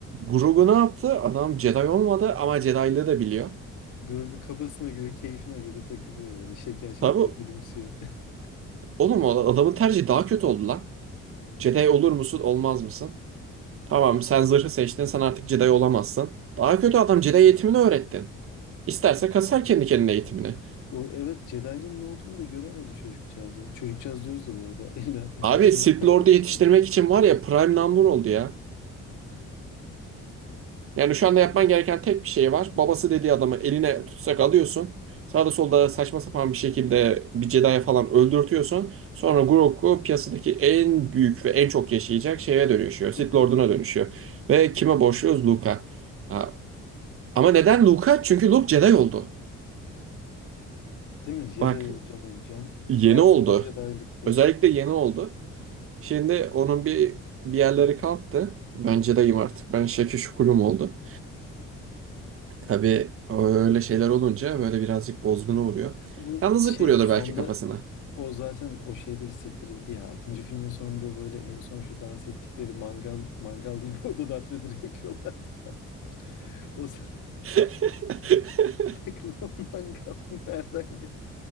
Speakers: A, on the right (about 45°); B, on the left (about 80°).
A: Grogu ne yaptı? Adam Jedi olmadı ama Jedi'lığı da biliyor.
B: Grogu kafasına göre, keyfine göre takılıyor böyle şeker şeker
A: Tabi
B: gülümsüyor. <laughs>
A: oğlum o adamın tercihi daha kötü oldu lan. Jedi olur musun olmaz mısın? Tamam sen zırhı seçtin sen artık Jedi olamazsın. Daha kötü adam Jedi eğitimini öğrettin. İsterse kasar kendi kendine eğitimini.
B: O evet Jedi'nin ne olduğunu da göremedi çocukcağız. ya. Çocukcağız diyoruz da bu arada <laughs> 50-60
A: Abi
B: yaşında.
A: Sith
B: <laughs>
A: Lord'u yetiştirmek
B: Kanka.
A: için var ya prime number oldu ya. Yani şu anda
B: Abi.
A: yapman gereken tek bir şey var. Babası dediği adamı eline tutsak alıyorsun. Sağda solda saçma sapan bir şekilde bir Jedi'ye falan öldürtüyorsun. Sonra Grogu piyasadaki en büyük ve en çok yaşayacak şeye dönüşüyor. Sith
B: <laughs>
A: Lord'una dönüşüyor. Ve kime borçluyuz? Luke'a. Ha, Ama neden Luke'a? Çünkü Luke Jedi oldu.
B: Değil mi? Jedi
A: Bak
B: olacağım olacağım.
A: yeni
B: Al
A: oldu.
B: sana Jedi'lik dayı.
A: Özellikle yeni oldu. Şimdi onun bir bir yerleri kalktı. Ben Jedi'yim artık. Ben Şekil Şukulum oldu. Tabii öyle şeyler olunca böyle birazcık bozguna uğruyor.
B: Ama
A: Yalnızlık
B: şey
A: vuruyordur
B: sonda
A: belki kafasına.
B: o zaten o şeyde hissettirildi ya. 6. filmin sonunda böyle en son şu dans ettikleri mangal mangal değil bu arada Darth Vader'ı yakıyorlardı pardon. O <laughs> sah-
A: <laughs>
B: aklıma mangal nereden geldi?